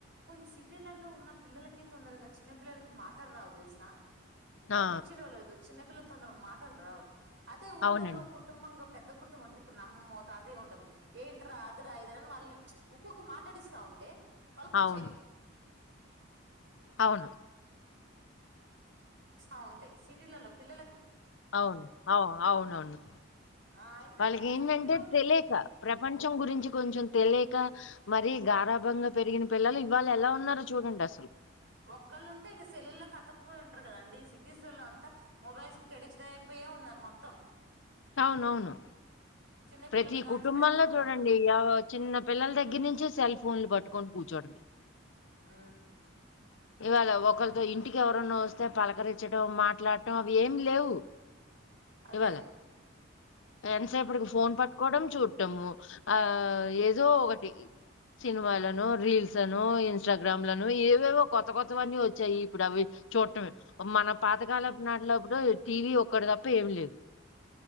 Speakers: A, on the right; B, on the left.
A: కొన్ని సిటీలలో ఉన్న పిల్లలకి తొందరగా చిన్న పిల్లలకి మాటలు రావు తెలుసు గమనించి
B: ఆ
A: రవలేదు చిన్నపిల్ల తొందర మాటలు రావు అదే ఊర్లలో
B: అవునండి
A: కుటుంబంగా పెద్ద కుటుంబం ఉంటది. ఇప్పుడు నమ్మమ్మ తాత ఉంటది ఏంటరా అదరా అదరాని వాళ్ళని. ఉకుకు మా కట్టడిస్తా ఉంటే వాళ్ళు కొంచె
B: అవును అవును
A: ఆ ఉంటాయి సిటీలలో పిల్లలకి
B: అవును అవు అవునవును
A: ఆ ఎందుకంటే
B: వాళ్ళకి ఏంటంటే
A: వీళ్ళు
B: తెలియక ప్ర పంచం గురించి కొంచెం తెలియక మరి గారాభంగా పెరిగిన పిల్లలు ఇవాళ ఎలా ఉన్నారో చూడండి అసలు
A: ఒక్కళ్ళు ఉంటే ఇంక సెల్లులకు అతకపోయి ఉంటారు కదాండి సిటీస్లలో అంతా మొబైల్స్ గడిచ అయిపోయ ఉన్నారు మొత్తం
B: అవునవును
A: చిన్న
B: ప్రతి
A: పిల్లలు కాంచి
B: కుటుంబంలో
A: పెద్దోళ్ళ
B: చూడండి
A: దాకా
B: ఎవర్ చిన్న పిల్లల దగ్గర నుంచి సెల్ ఫోన్లు పట్టుకొని కూర్చోడమే
A: ఆ
B: ఇవాళ ఒకరితో ఇంటికి ఎవరైన్నా వస్త పలకరించడం మాట్లాడ ఇప్పుడు అవి ఏం లేవు
A: అదే
B: ఇవాళ ఎంతసేపటికి ఫోన్ పట్టుకోవడం చూడటము ఆ ఏదో ఒకటి సినిమాలను రీల్స్ను ఇన్స్టాగ్రామ్ లను ఏవేవో కొత్త కొత్తవన్నీ వచ్చాయి ఇప్పుడు అవి చూడటమే మన పాతకాలపు నాటిలోప్పుడు టీవీ ఒక్కటి తప్ప ఏమి లేదు